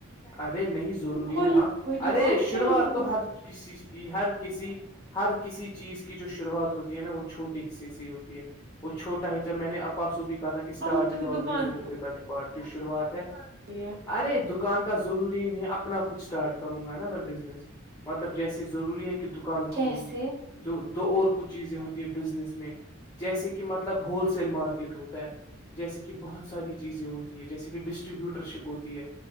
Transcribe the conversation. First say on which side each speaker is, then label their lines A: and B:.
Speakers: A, on the left (about 15°); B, on the right (about 50°).
A: ارے نہیں ضروری
B: کھولنی
A: نہیں ہاں
B: کوئی دکان
A: ارے شروعات
B: کھیلنی ہے تمہیں
A: تو ہر کسیز کی ہر کسی ہر کسی چیز کی جو شروعات ہوتی ہے نا وہ چھوٹی حصے سےی ہوتی ہے وہ چوٹا ہیچہ میں نے اپارسو بھی کہا تھا کہ اسٹارٹ
B: مطلب تمہیں
A: از آلویز
B: دکان
A: دا ڈفیکلٹ پارٹ کی شروعات ہے
B: جی ہے
A: ارے دکان کا ضروری نہیں ہے اپنا کچھ اسٹارٹ کروں گا نا میں بزنس مطلب جیسے ضروری ہے کہ دکان کھولوں
B: جیسے
A: جو دو اور کچھ چیزیں ہوتی ہے بزنس میں جیسے کہ مطلب ہول سیل مارکیٹ ہوتا ہے جیسے کہ بہت ساری چیزیں ہوتی ہے جیسے کہ ڈسٹریبیوٹر شپ ہوتی ہے